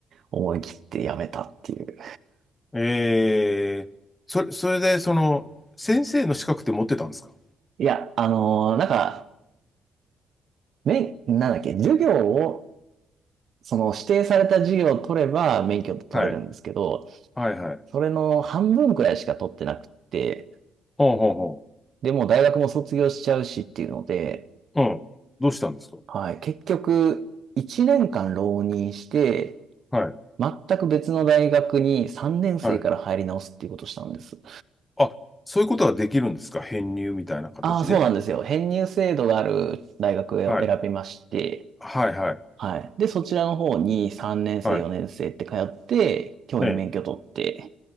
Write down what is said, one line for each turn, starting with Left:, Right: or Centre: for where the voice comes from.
Right: 思い切って辞めたっていう。
Left: ええー、それ、それで、その、先生の資格って持ってたんですか
Right: いや、あのーなんか、め、なんだっけ、授業を、その指定された授業を取れば免許って取れるんですけど、
Left: はい。はいはい。
Right: それの半分くらいしか取ってなくて、
Left: ほうほうほ
Right: でもう大学も卒業しちゃうしっていうので、
Left: う。うん。どうしたんですか
Right: はい、結局、1年間浪人して、
Left: はい。
Right: 全く別の大学に3年生から入り直すっていうことをしたんです。
Left: はい。あ、そういうことはできるんですか編入みたいな形で。
Right: ああ、そうなんですよ。編入制度がある大学を選びまして、
Left: はい。はいはい。
Right: はい。で、そちらの方に3年生、
Left: はい。
Right: 4年生って通って、教員免許取って、
Left: ええ。